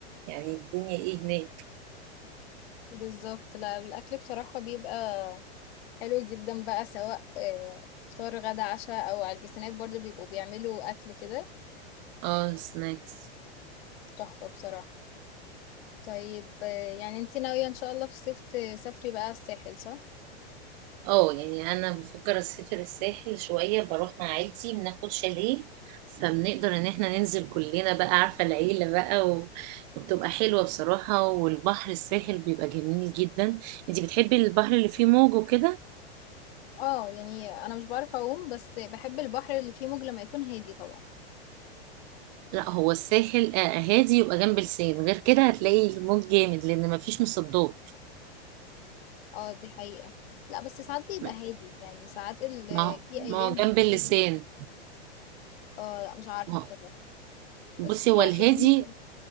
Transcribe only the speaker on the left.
بالظبط لا الاكل بصراحه بيبقى حلو جدا بقى سواء آه، فطار غدا عشاء او على البيسينات برضو بيبقوا بيعملوا اكل كده
تحفه بصراحه طيب آه، يعني انتي ناويه ان شاء الله في الصيف تسافري بقى الساحل صح
اه يعني انا مش بعرف اعوم بس بحب البحر اللي فيه موج لما يكون هادي طبعا
اه دي حقيقه لا بس ساعات بيبقى
هادي يعني ساعات ال-
في ايام
بيبقى
هادي اه لا مش عارفه
بصراحه
بس في
ايام